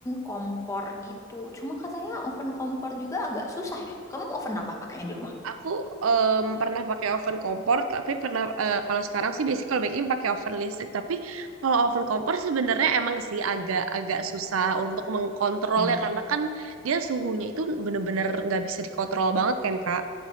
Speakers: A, on the left (about 15°); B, on the right (about 80°).
A: kompor gitu. Cuma katanya oven kompor juga agak susah ya. Kamu oven apa pakainya di rumah?
B: Aku em, pernah pakai oven kompor, tapi pernah eh, kalau sekarang sih basic kalau baking pakai oven listrik. Tapi kalau oven kompor sebenarnya emang sih agak-agak susah untuk mengkontrolnya
A: Hmm.
B: karena kan dia suhunya itu bener-bener nggak bisa dikontrol banget kan Kak.